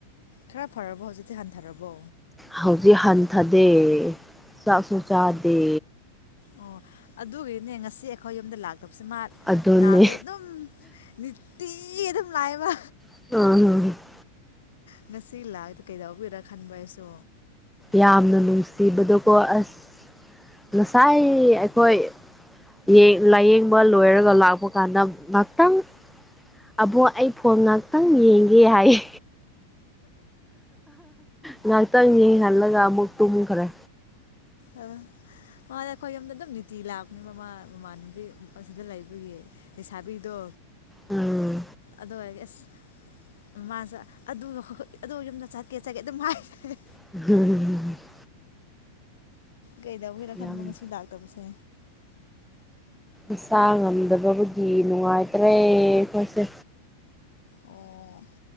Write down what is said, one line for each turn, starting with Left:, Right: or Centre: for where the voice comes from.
Left: ꯈꯔ ꯐꯔꯕꯣ ꯍꯧꯖꯤꯛꯇꯤ ꯍꯟꯊꯔꯕꯣ
Centre: ꯍꯧꯖꯤꯛ ꯍꯟꯊꯗꯦ ꯆꯥꯛꯁꯨ ꯆꯥꯗꯦ
Left: ꯑꯣ ꯑꯗꯨꯒꯤꯅꯦ ꯉꯁꯤ ꯑꯩꯈꯣꯏ ꯌꯨꯝꯗ ꯂꯥꯛꯇꯕꯁꯤ ꯃꯥ
Centre: ꯑꯗꯨꯅꯦ
Left: ꯅꯥꯗ꯭ꯔꯦ ꯑꯗꯨꯝ ꯅꯨꯠꯇꯤꯒꯤ ꯑꯗꯨꯝ ꯂꯛꯑꯦꯕ
Centre: <unintelligible>
Left: ꯉꯁꯤ ꯂꯥꯛꯏꯗꯣ ꯀꯩꯗꯧꯕꯩꯔꯥ ꯈꯟꯕ ꯑꯩꯁꯨ
Centre: ꯌꯥꯝꯅ ꯅꯨꯡꯁꯤꯕꯗꯣꯀꯣ ꯑꯁ ꯉꯁꯥꯏ ꯑꯩꯈꯣꯏ <unintelligible> ꯂꯥꯏꯌꯦꯡꯕ ꯂꯣꯏꯔꯒ ꯂꯥꯛꯄ ꯀꯥꯟꯗ ꯉꯥꯛꯇꯪ ꯑꯕꯣꯛ ꯑꯩ ꯐꯣꯟ ꯉꯥꯛꯇꯪ ꯌꯦꯡꯒꯦ ꯍꯥꯏꯌꯦ ꯉꯍꯥꯛꯇꯪ ꯌꯦꯡꯍꯜꯂꯒ ꯑꯃꯨꯛ ꯇꯨꯝꯈꯔꯦ
Left: ꯑ ꯃꯥꯗꯤ ꯑꯩꯈꯣꯏ ꯌꯨꯝꯗ ꯑꯗꯨꯝ ꯅꯨꯡꯇꯤꯒꯤ ꯂꯥꯛꯄꯅꯦꯕ ꯃꯥ ꯃꯃꯥꯟꯅꯕꯤ ꯑꯥ ꯁꯤꯗ ꯂꯩꯕꯒꯤ ꯂꯩꯁꯥꯕꯤꯗꯣ
Centre: ꯎꯝ
Left: ꯑꯗꯨ ꯑꯣꯏꯔꯗꯤ ꯑꯁ ꯃꯥꯁꯨ ꯑꯗꯨ ꯑꯗꯨ ꯌꯨꯝꯗ ꯆꯠꯀꯦ ꯆꯠꯀꯦ ꯑꯗꯨꯝ ꯍꯥꯏ ꯂꯩ
Centre: <inaudible>
Left: ꯀꯩꯗꯧꯕꯩꯔ ꯈꯟꯕ
Centre: ꯌꯥꯝ
Left: ꯉꯁꯤ ꯂꯥꯛꯇꯕꯁꯦ
Centre: ꯏꯁꯥ ꯉꯝꯗꯕꯕꯨꯗꯤ ꯅꯨꯡꯉꯥꯏꯇ꯭ꯔꯦ ꯑꯩꯈꯣꯏꯁꯦ
Left: ꯑꯣ